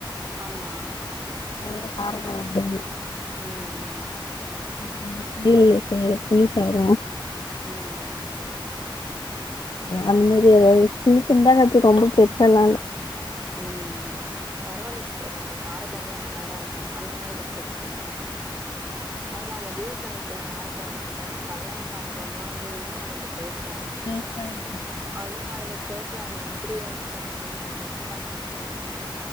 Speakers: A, on the right (about 25°); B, on the left (about 60°).
A: ஆமா
B: அந்த கார கொழம்பு
A: ம்ம்
B: <unintelligible> புளி சாத
A: ம் ம்
B: அந்த மேரி ஏதாவது சின்ன சின்தா கத்து ரொம்ப பெருசாலா இல்ல
A: ம் ம்பரவால்ல சிஸ்டர் அந்த கார கொழம்புலா நல்லாதா இருக்கும் அந்த மாரி கத்துக்குங்க அது நம்ம வீட்ல வெக்கிற காரக்கொழம்ப விட இந்த கல்யாண காரக்கொழம்புலா வந்து இன்னு நமக்கு டேஸ்ட்டா இருக்கும்
B: டேஸ்டா இரு
A: ம் இன்னோ அதுல சேர்க்கற அந்த இன்கிரீடியன்ஸ்லா நம்ம அத மிஸ் பண்ணாம சேர்த்தோனா